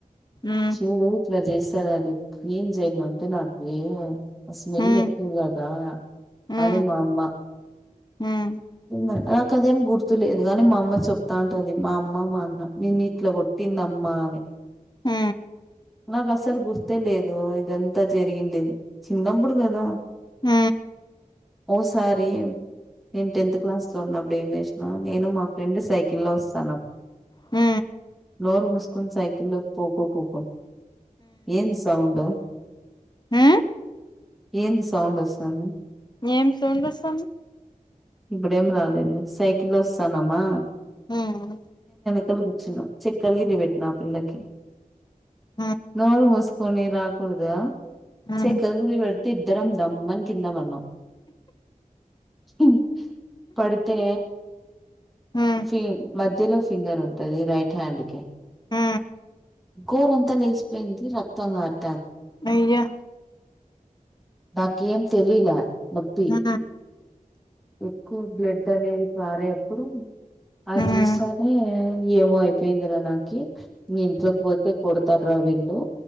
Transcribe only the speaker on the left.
ఉ
ఉ ఉ
ఉ
ఉ ఉ ఉ
హ
హ
ఉ ఉ
హ
ఏం చూండసాము
హ
ఉ
ఉ
ఉ
హ
అయయా
ఉ
ఉ